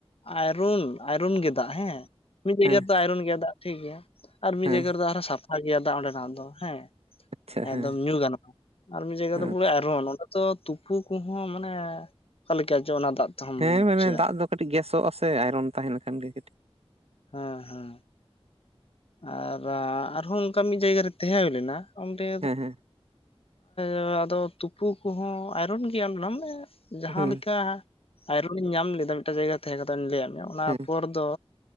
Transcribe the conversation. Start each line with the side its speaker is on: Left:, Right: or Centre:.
Left: ᱟᱭᱨᱚᱱ ᱟᱭᱨᱚᱱ ᱜᱮ ᱫᱟᱜ ᱦᱮᱸ᱾ ᱢᱤᱫ ᱡᱟᱭᱜᱟ
Right: ᱦᱮᱸ
Left: ᱨᱮᱫᱚ ᱟᱭᱨᱚᱱ ᱜᱮᱭᱟ ᱫᱟᱜ ᱴᱷᱤᱠ ᱜᱮᱭᱟ᱾ ᱟᱨ ᱢᱤᱫ
Right: ᱦᱮᱸ
Left: ᱡᱟᱭᱜᱟ ᱨᱮᱫᱚ ᱟᱨᱦᱚ ᱥᱟᱯᱷᱟ ᱜᱮᱭᱟ ᱫᱟᱜ ᱚᱰᱮᱱᱟᱜ ᱫᱚ ᱦᱮᱸ,
Right: ᱟᱪᱪᱷᱟ
Left: ᱮᱠᱫᱚᱢ
Right: ᱦᱮᱸ
Left: ᱧᱩ ᱜᱟᱱᱚᱜᱼᱟ᱾ ᱟᱨ ᱢᱤᱫ ᱡᱟᱭᱜᱟ
Right: ᱦᱮᱸ
Left: ᱫᱚ ᱯᱩᱨᱟᱹ ᱟᱭᱨᱚᱱ᱾ ᱚᱰᱮ ᱫᱚ ᱛᱩᱯᱩ ᱠᱚᱦᱚᱸ ᱢᱟᱱᱮ ᱚᱠᱟ ᱞᱮᱠᱟ ᱪᱚ ᱚᱱᱟ ᱫᱟᱜ ᱛᱮᱦᱚᱢ
Right: ᱦᱮᱸ ᱢᱟᱱᱮ
Left: ᱵᱩᱡᱷᱟᱹᱜᱼᱟ
Right: ᱫᱟᱜ ᱫᱚ ᱠᱟᱹᱴᱤᱡ ᱜᱮᱥᱚᱜ ᱟᱥᱮ ᱟᱭᱨᱚᱱ ᱛᱟᱦᱮᱱ ᱠᱷᱟᱱ ᱜᱮ ᱠᱟᱴᱤᱡ᱾
Left: ᱦᱮᱸ ᱦᱮᱸ ᱟᱨ ᱟᱨᱦᱚᱸ ᱚᱱᱠᱟ ᱢᱤᱫ ᱡᱟᱭᱜᱟ ᱨᱮ ᱛᱟᱦᱮ ᱦᱩᱭ ᱞᱮᱱᱟ᱾ ᱚᱰᱮ
Right: ᱦᱮᱸ ᱦᱮᱸ
Left: <unintelligible> ᱟᱫᱚ ᱛᱩᱯᱩ ᱠᱚᱦᱚᱸ ᱟᱭᱨᱚᱱ ᱜᱮᱭᱟ ᱚᱰᱮᱱᱟᱜ ᱢᱮ ᱡᱟᱦᱟᱸ
Right: ᱦᱮᱸ
Left: ᱞᱮᱠᱟ ᱟᱭᱨᱚᱱᱤᱧ ᱧᱟᱢ ᱞᱮᱫᱟ ᱢᱤᱫᱴᱟᱝ ᱡᱟᱭᱜᱟ ᱨᱮ ᱛᱟᱦᱮ ᱠᱟᱛᱮ ᱚᱱᱮᱧ ᱞᱟᱹᱭᱟᱫ ᱢᱮᱭᱟ᱾ ᱚᱱᱟ
Right: ᱦᱮᱸ
Left: ᱯᱚᱨ ᱫᱚ